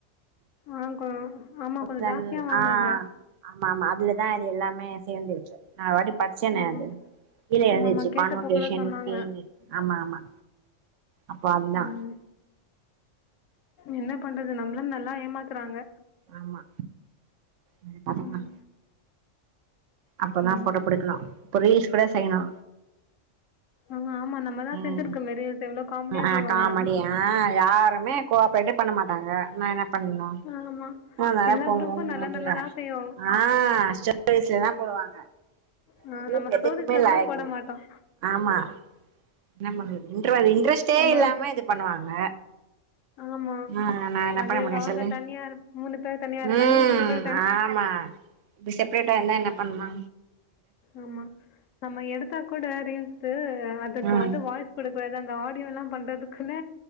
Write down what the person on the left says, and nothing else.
ஆ கொ ஆமா கொஞ்சோ
ஜாஸ்தியா வாங்குனாங்க
ம்.
ஆமாமா கேட்டப்போ
கூட சொன்னாங்க.
ம். என்ன பண்றது நம்மள நல்லா ஏமாத்துறாங்க
ம்.
ம்.
ஆமா ஆமா நம்மதா
செஞ்சிருக்கோமே ரீல்ஸ் எவ்ளோ காமெடியா
செய்வோமே
நம்ம
ஆமா
எல்லா
குரூப்பும் நல்ல
நல்லதா செய்யும்
ஆ
ஸ்டோரிஸ்ல கூட
போட
மாட்டோம்
நம்ம
ஆமா
அது
அவங்க
தனியா இரு மூணு பேர் தனியா இருப்பாங்க
மூணு பேர் தனி
ஆமா நம்ம எடுத்தா கூட ரீல்ஸ் அதுக்கு
வந்து வாய்ஸ் குடுப்பது அந்த ஆடியோ எல்லா பண்றதுக்குல்ல